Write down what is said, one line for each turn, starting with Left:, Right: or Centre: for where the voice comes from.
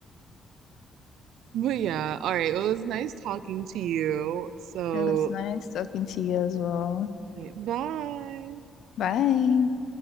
Right: but yeah. All right. Well, it was nice talking to you. So,
Left: was nice talking to you as well.
Right: all right, bye.
Left: Bye.